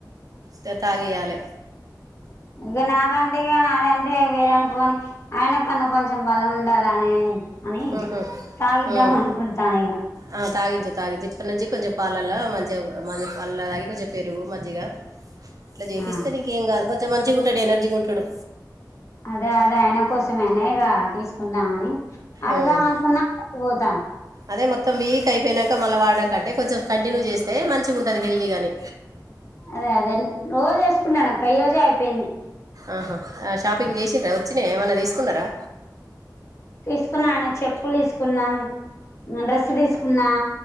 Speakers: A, on the right; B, on the left.
A: త తాగియాలె
B: ఇగ నాకంటే ఇగ అది అంటే వేరనుకోని ఆయన కన్నా కొంచెం బలం ఉండాల అని అని
A: ఉహు,
B: తాగిద్దాం
A: ఉమ్.
B: అనుకుంటానా ఇగ
A: ఆ తాగించు తాగించు ఇప్పటి నుంచి కొంచెం పాలల్లో మంచిగా మంచి పాలల్లో తాగి కొంచెం పెరుగు మజ్జిగ ఇట్లా చేపిస్తే
B: ఆ
A: నీంకేం కాదు కొంచెం మంచిగుంటాడు ఎనర్జీగుంటడు
B: అదే అదే ఆయన కోసమే అనేగా తీసుకుందామని అడుదాం
A: ఉమ్.
B: అనుకున్నా <inaudible> పోతానా
A: అదే మొత్తం వీక్ అయిపోయినాంక మళ్ళీ వాడడం కంటే కొంచెం కంటిన్యూ చేస్తే మంచిగుంటది హెల్తీగా అని
B: అదే అదే ఇన్ రోజూ వేసుకున్నాను అక్క ఈ రోజే అయిపోయింది
A: ఆహా షాపింగ్ చేసిండ్రా వచ్చినయా ఏమన్నా తీసుకున్నరా
B: తీసుకున్నా ఆయన చెప్పులు తీసుకున్నాం <inaudible> డ్రెస్సు తీసుకున్నా